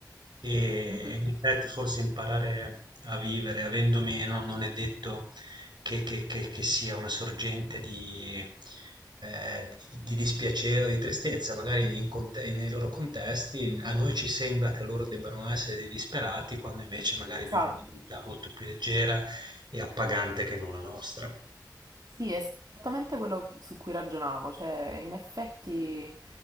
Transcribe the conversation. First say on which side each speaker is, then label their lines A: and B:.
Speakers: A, on the right (about 85°); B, on the right (about 65°).
A: e
B: Mhm.
A: in effetti forse imparare a vivere avendo meno non è detto che che che che sia una sorgente di ehm, di dispiacere o di tristezza, magari in conte nei loro contesti, a noi ci sembra che loro debbano essere dei disperati, quando invece magari
B: Esatto.
A: vivono una vita molto più leggera e appagante che non la nostra.
B: Sì, è esattamente quello su cui ragionavo, cioè in effetti